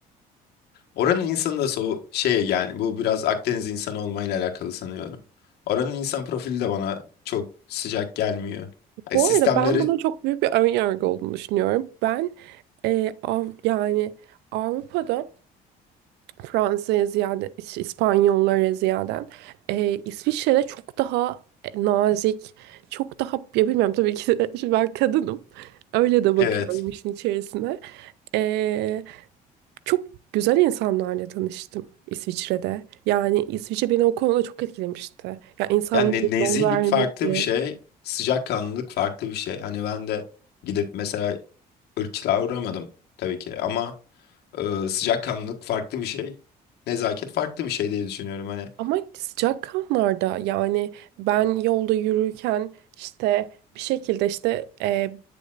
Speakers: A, on the left (about 75°); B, on the right (about 85°).
A: Oranın insanı da so şey yani bu biraz Akdeniz insanı olmayla alakalı sanıyorum. Oranın insan profili de bana çok sıcak gelmiyor. Yani
B: Bu
A: sistemleri
B: arada ben bunun çok büyük bir ön yargı olduğunu düşünüyorum. Ben e, Av- yani Avrupa'da Fransa'ya ziyade, İs- İspanyollara ziyaden. Ee, İsviçre'de çok daha e, nazik, çok daha ya bilmiyorum tabii ki de, <laughs> şimdi ben kadınım. Öyle de bakıyorum
A: evet.
B: işin içerisine. Ee, çok güzel insanlarla tanıştım İsviçre'de. Yani İsviçre beni o konuda çok etkilemişti. Ya insanların
A: Yani ne- nezihlik
B: yol vermesi.
A: farklı bir şey, sıcakkanlılık farklı bir şey. Hani ben de gidip mesela ırkçılığa uğramadım tabii ki ama e, sıcakkanlılık farklı bir şey. Nezaket farklı bir şey diye düşünüyorum hani.
B: Ama sıcak kanlarda yani ben yolda yürürken işte bir şekilde işte e,